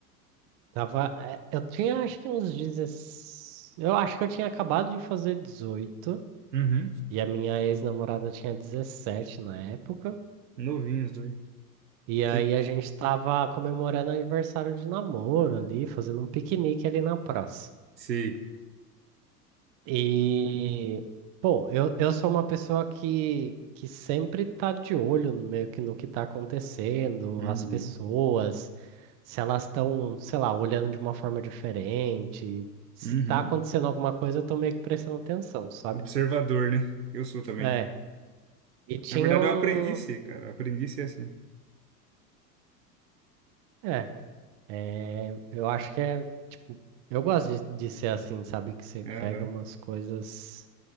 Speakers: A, on the right (about 40°); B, on the right (about 75°).
A: Tava, é, eu tinha acho que uns 16. Eu acho que eu tinha acabado de fazer dezoito
B: Uhum.
A: E a minha ex-namorada tinha 17 na época.
B: Novinhos, dois.
A: E aí
B: Se-
A: a gente tava comemorando aniversário de namoro ali, fazendo um piquenique ali na praça.
B: Sei.
A: E, pô, eu, eu sou uma pessoa que, que sempre tá de olho no meio que no que tá acontecendo,
B: Uhum.
A: as pessoas, se elas estão, sei lá, olhando de uma forma diferente, se
B: Uhum.
A: tá acontecendo alguma coisa, eu tô meio que prestando atenção, sabe?
B: Observador, né? Eu sou também.
A: É, e tinha
B: Na verdade,
A: um.
B: eu aprendi a ser, cara. Eu Aprendi a ser assim.
A: É, É, eu acho que é, tipo, eu gosto de, de ser assim, sabe? Que você
B: Aham.
A: pega umas coisas